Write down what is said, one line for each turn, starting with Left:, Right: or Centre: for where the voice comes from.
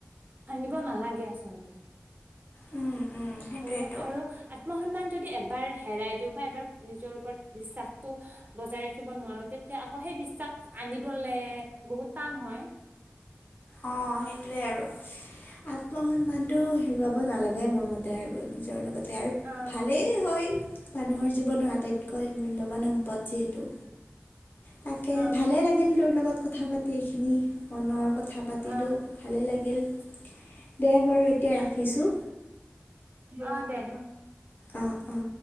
Right: ভাঙিব নালাগে আচলতে।
Left: উম উম সেইটোৱেতো
Right: আৰু, আৰু- আত্ম সন্মান যদি এবাৰ হেৰাই দিওঁ বা এবাৰ নিজৰ ওপৰত বিশ্বাসটো- বজাই ৰাখিব নোৱাৰো, তেতিয়া আকৌ সেই বিশ্বাস আনিবলে বহুত টান হয়।
Left: অহ, সেইটোয়ে আৰু আত্মসন্মানটো হেৰুৱাব নালাগে মোৰ মতে। আৰু নিজৰ লগতে আৰু
Right: অ',
Left: ভালেই হয় মানুহৰ জীৱনৰ আত- আটাইতকৈ মূল্যৱান সম্পদ যিহেতু। তাকে
Right: অ',
Left: ভালেই লাগিল তোৰ লগত কথা পাতি, এইখিনি মনৰ কথা পাতিলোঁ।
Right: অ',
Left: ভালে লাগিল, দে বাৰু এতিয়া ৰাখিছোঁ।
Right: অহ দে।
Left: অহ, অহ।